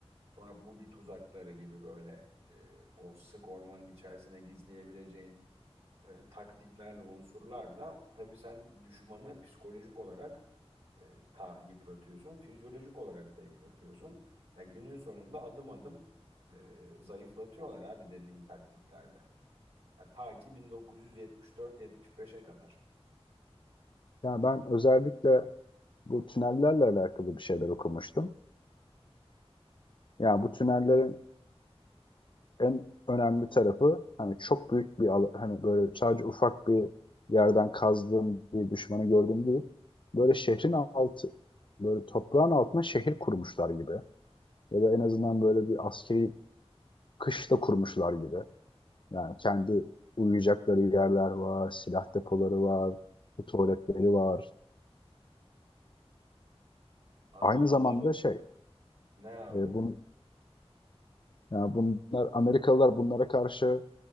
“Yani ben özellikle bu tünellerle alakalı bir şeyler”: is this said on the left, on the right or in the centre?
Left